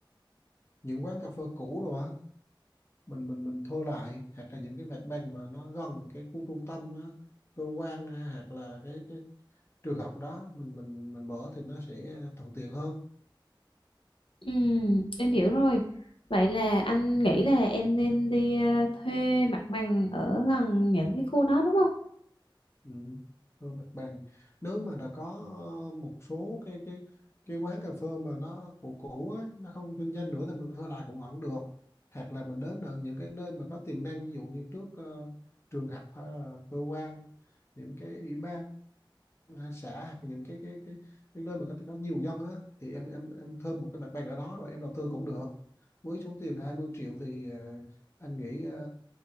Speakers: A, on the left; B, on the left.
A: những quán cà phê cũ rồi á mình mình mình thua lại hoặc là những cái mặt bằng mà nó gần cái khu trung tâm á, cơ quan á, hoặc là cái cái trường học đó mình mình mình mở thì nó sẽ à, thuận tiện hơn
B: Ừ, em hiểu rồi. Vậy là anh nghĩ là em nên đi ờ, thuê mặt bằng ở gần những cái khu đó đúng không?
A: ừ. thua mặt bằng nếu mà đã có ờ, một số cái cái cái quán cà phê mà nó cũ cũ á, nó không kinh doanh nữa thì mình thuê lại cũng vẫn được hoặc là mình đến ở những cái nơi mà có tiềm năng ví dụ như trước ờ, trường học hay là cơ quan những cái ủy ban xã hoặc những cái cái cái, cái nơi mà có, có nhiều dân á thì em em em thơm một cái mặt bằng ở đó rồi em đầu tư cũng được với số tiền 20 triệu thì ờ, anh nghĩ ờ,